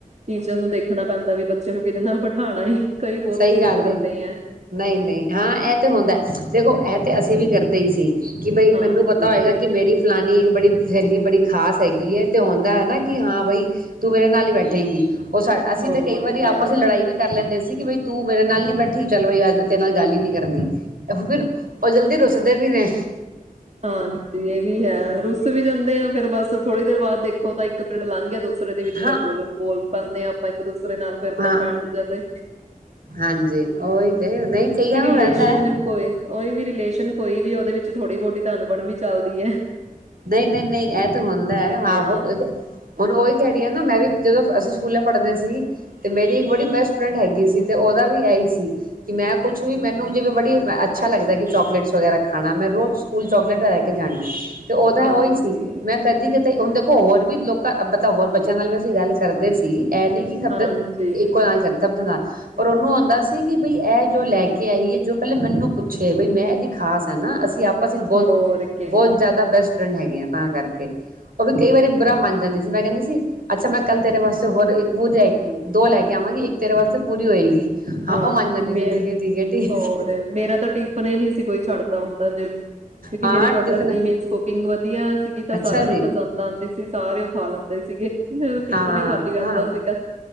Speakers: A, on the right; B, on the right.
A: ਟੀਚਰ ਨੂੰ ਦੇਖਣਾ ਪੈਂਦਾ ਵੀ ਬੱਚੇ ਨੂੰ ਕਿਹਦੇ ਨਾਲ ਬਿਠਾਣਾ ਠਾਨਾ ਏ ਕਈ ਬੋਤ
B: ਸਹੀ
A: ਜਿੱਦ
B: ਗੱਲ
A: ਕਰਦੇ
B: ਏ
A: ਐ।
B: ਨਹੀਂ ਨਹੀਂ ਹਾਂ ਇਹ ਤੇ ਹੁੰਦਾ ਦੇਖੋ ਇਹ ਤੇ ਅਸੀਂ ਵੀ ਕਰਦੇ ਹੀ ਸੀ। ਕਿ ਬਈ
A: ਹਾਂਜੀ
B: ਮੈਨੂੰ ਪਤਾ ਹੋਏਗਾ ਕਿ ਮੇਰੀ ਫਲਾਨੀ ਬੜੀ ਬੜੀ ਸਹੇਲੀ ਬੜੀ ਖ਼ਾਸ ਹੈਗੀ ਹੈ ਤੇ ਹੁੰਦਾ ਹੈ ਨਾ ਕਿ ਹਾਂ ਬਈ ਤੂੰ ਮੇਰੇ ਨਾਲ ਹੀ ਬੈਠੇਂਗੀ। ਉਹ ਅਸੀਂ
A: ਹੋਰ
B: ਤਾਂ ਕਈ ਵਾਰੀ
A: ਕਿਆ
B: ਆਪਸ ਲੜਾਈ ਵੀ ਕਰ ਲੈਂਦੇ ਸੀ ਠੀਕ ਏ ਬਈ ਤੂੰ ਮੇਰੇ ਨਾਲ ਨੀ ਬੈਠੀ ਚਲੋ ਅਜ ਤੇਰੇ ਨਾਲ ਗੱਲ ਹੀ ਨੀ ਕਰਨੀ। ਫਿਰ ਓ ਜਲਦੀ ਰੁੱਸ ਦੇ ਵੀ ਨੇ
A: ਹਾਂਜੀ ਇਹ ਵੀ ਹੈ ਰੁਸ ਵੀ ਜਾਂਦੇ ਆ ਫੇਰ ਬੱਸ ਥੋੜੀ ਦੇਰ ਬਾਅਦ ਦੇਖੋ ਤਾਂ ਇੱਕ ਪਿੰਡ ਲੰਘ ਗਿਆ ਦੂਸਰੇ ਦੇ ਵਿੱਚ ਫਿਰ
B: ਹਾਂ
A: ਬੋਲ ਬੋਲ ਪਾਂਦੇ ਹਾਂ ਆਪਾਂ ਇੱਕ ਦੂਸਰੇ ਨਾਲ ਫਿਰ
B: ਹਾਂ
A: ਤਾਂ ਫੈਡ ਦੂਜਾ ਦੇ
B: ਹਾਂਜੀ ਉਹੀ ਤੇ ਨਹੀਂ ਕਈਆਂ
A: ਕਿ ਰਿਲੇਸ਼ਨ
B: ਨੂੰ ਰਹਿੰਦਾ ਹੈ
A: ਕੋਈ ਉਹੀ ਵੀ ਰਿਲੇਸ਼ਨ ਕੋਈ ਵੀ ਉਹਦੇ ਵਿੱਚ ਥੋੜੀ ਬਹੁਤੀ ਧਨ ਬਣ ਵੀ ਚੱਲਦੀ ਏ
B: ਨਹੀਂ-ਨਹੀਂ-ਨਹੀਂ ਇਹ ਤਾਂ ਹੁੰਦਾ
A: ਕਿਆ
B: ਆਹੋ ਦੇਖੋ ਹੁਨੂੰ ਉਹੀ ਕਹਿ ਰਹੀ ਹ ਨਾ ਮੈਂ ਵੀ ਜਦੋਂ ਅਸੀਂ ਸਕੂਲ ਪੜ੍ਹਦੇ ਸੀ ਤੇ ਮੇਰੀ ਇੱਕ ਬੜੀ ਬੈਸਟ ਫਰੈਂਡ ਹੈਗੀ ਸੀ ਤੇ ਉਹਦਾ ਵੀ ਇਹਹੀ ਸੀ ਕਿ ਮੈਂ ਕੁਛ ਵੀ ਮੈਨੂੰ ਜਿਵੇਂ ਬੜਾ ਅੱਛਾ ਲੱਗਦਾ ਚਾਕਲੇਟ ਵਗੈਰਾ ਖਾਣਾ ਮੈਂ ਰੋਜ਼ ਸਕੂਲ ਚੋਕਲੇਟ ਲੈ ਕੇ ਜਾਣੀ। ਤੇ ਉਹਦਾ
A: ਹਾਂਜੀ
B: ਉਹ ਹੀ ਸੀ ਮੈਂ ਕਦੀ-ਕਦੀ- ਤੇ ਹੁਣ ਦੇਖੋ ਹੋਰ ਵੀ ਲੋਕਾਂ ਮਤਲਬ ਹੋਰ ਬੱਚਿਆਂ ਨਾਲ ਵੀ ਅਸੀਂ ਗੱਲ ਕਰਦੇ ਸੀ। ਇਹ ਨੀ ਕਿ
A: ਹਾਂਜੀ
B: ਇੱਕੋ ਨਾਲ ਕਰਨ ਸਭਦੇ ਨਾਲ ਪਰ ਉਹਨੂੰ ਆਉਂਦਾ ਸੀ ਕਿ ਬਈ ਇਹ ਜੋ ਲੈ ਕੇ ਆਈਏ ਜੋ ਪਹਿਲਾਂ ਮੈਨੂੰ ਪੁੱਛੇ ਬਈ ਮੈਂ ਇਹਦੀ ਖਾਸ ਆ ਨਾ ਅਸੀਂ ਆਪ ਆਪਸ ਚ ਬਹੁਤ-ਬਹੁਤ
A: ਹੋਰ ਕਿਆ
B: ਜ਼ਿਆਦਾ ਬੈਸਟ ਫਰੈਂਡ ਹੈਗੇ ਆ ਤਾਂ ਕਰਕੇ ਉਹ ਵੀ ਕਈ ਵਾਰੀ ਬੁਰਾ ਮੰਨ ਜਾਂਦੀ ਸੀ ਮੈਂ ਕਹਿੰਦੀ ਸੀ ਅੱਛਾ, ਮੈਂ ਕੱਲ ਤੇਰੇ ਵਾਸਤੇ ਹੋਰ ਇੱਕ ਪਰੀ ਦੋ ਲੈ ਕੇ ਆਵਾਂਗੀ ਇੱਕ ਤੇਰੇ ਵਾਸਤੇ ਪੂਰੀ ਹੋਏਗੀ।
A: ਹਾਂ
B: ਉਹ ਮੰਨ ਜਾਂਦੀ
A: ਮੈਂ,
B: ਸੀ ਠੀਕ ਹੈ ਠੀਕ ਹੈ ਠੀਕ
A: ਹੋਰ ਮੇਰਾ ਤਾਂ ਟਿਫਨ ਹੀ ਨਹੀਂ ਸੀ ਕੋਈ ਛੱਡਦਾ ਹੁੰਦਾ ਸੀ। ਕਿਉਂਕਿ
B: ਹਾਂ
A: ਮੇਰੇ ਮਦਰ
B: ਟਿਫਨ
A: ਦੀ ਮੇਨ ਕੁਕਿੰਗ ਵਧੀਆ ਸੀਗੀ ਤਾਂ
B: ਅੱਛਾ
A: ਸਾਰਿਆਂ
B: ਜੀ
A: ਨੂੰ ਪਸੰਦ ਆਉਂਦੀ ਸੀ ਸਾਰੇ ਉਹ ਖਾ ਲੈਂਦੇ। ਦੇ ਸੀਗੇ। ਮੇਰਾ ਉਹ ਟੀਫਨ
B: ਹਾਂ
A: ਹੀ ਖਾਲੀ ਆਂਦਾ
B: ਹਾਂ
A: ਸੀਗਾ।